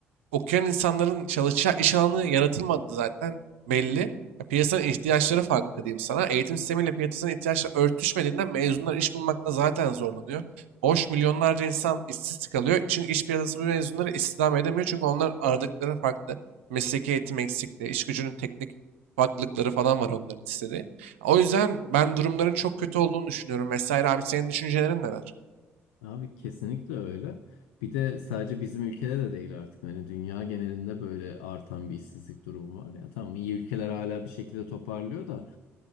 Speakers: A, on the right; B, on the left.
A: okuyan insanların çalışacağı iş alanı yaratılmadı zaten belli. Ya piyasanın ihtiyaçları farklı diyeyim sana. Eğitim sistemiyle piyasanın ihtiyaçları örtüşmediğinden mezunlar iş bulmakta zaten zorlanıyor. Boş milyonlarca insan işsiz kalıyor. Çünkü iş piyasası bu mezunları istihdam edemiyor. Çünkü onlar aradıkları farklı. Mesleki eğitim eksikliği, iş gücünün teknik farklılıkları falan var onların istediği. O yüzden ben durumların çok kötü olduğunu düşünüyorum vesaire. Abi senin düşüncelerin neler?
B: Abi kesinlikle öyle. Bir de sadece bizim ülkede de değil artık. Hani dünya genelinde böyle artan bir işsizlik durumu var. Ya tamam iyi ülkeler hala bir şekilde toparlıyor da